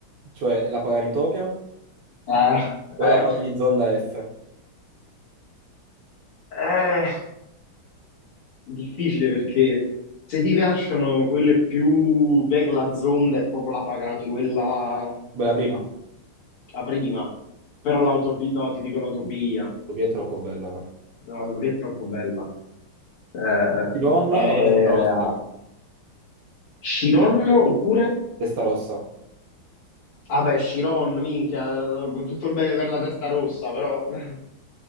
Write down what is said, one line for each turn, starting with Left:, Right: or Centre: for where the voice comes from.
Right: cioè la Pagani Utopia
Left: Eh,
Right: o
Left: eh,
Right: la Pagani Zonda F.
Left: eh, difficile perché se ti piacciono quelle più, beh, la Zonda è proprio la Pagani, quella
Right: Bella prima.
Left: la prima, però l'autopia, no, ti dico l'autopia,
Right: Utopia è troppo bella, però.
Left: no, l'autopia è troppo bella. Eh,
Right: Chiron
Left: eh,
Right: o la testa rossa?
Left: Chiron oppure?
Right: Testa rossa.
Left: Ah beh, Chiron, minchia, con tutto il bene per la testa rossa, però <laughs>